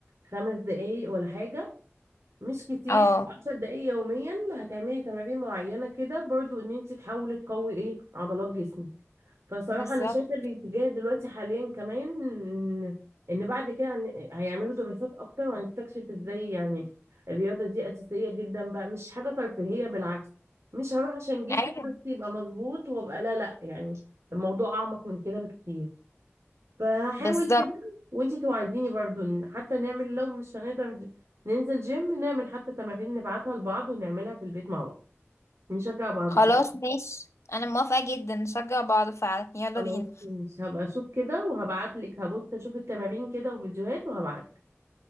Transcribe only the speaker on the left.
اه
بالظبط
ايوه
بالظبط
خلاص
ماشي انا موافقة جدا نشجع بعض فعلا يلا
بينا